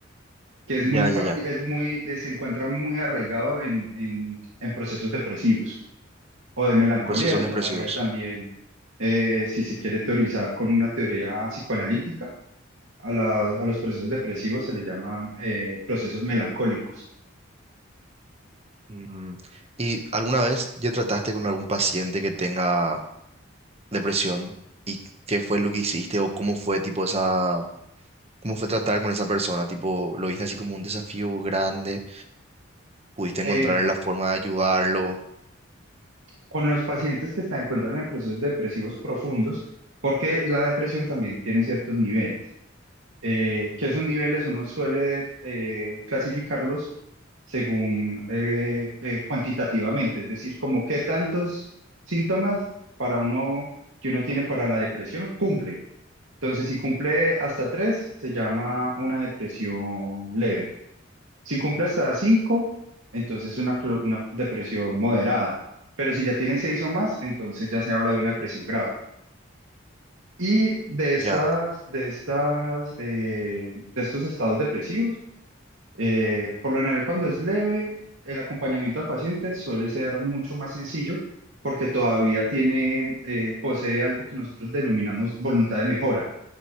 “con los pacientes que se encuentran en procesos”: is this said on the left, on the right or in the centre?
Right